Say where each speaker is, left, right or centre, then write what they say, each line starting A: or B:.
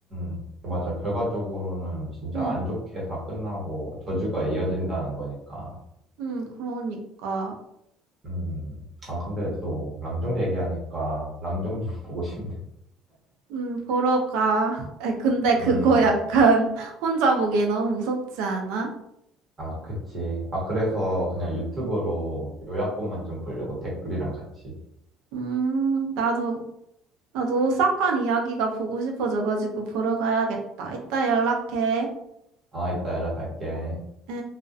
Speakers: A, on the right; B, on the right.
A: 음. 맞아. 결과적으로는 진짜
B: 응,
A: 안 좋게 다 끝나고 저주가 이어진다는 거니까.
B: 응, 그러니까
A: 음, 아, 근데 또 랑종 얘기하니까 랑종 좀 <laughs> 보고 싶네.
B: 음 보러 가 <laughs> 에, 근데 그거
A: 음,
B: 약간 <laughs> 혼자 보기 너무 무섭지 않아?
A: 아, 그치. 아, 그래서 그냥 유튜브로 요약본만 좀 보려고 댓글이랑 같이.
B: 음 나도 나도 오사카 이야기가 보고 싶어져가지고 보러 가야겠다 이따 연락해
A: 아, 이따 연락할게.
B: 응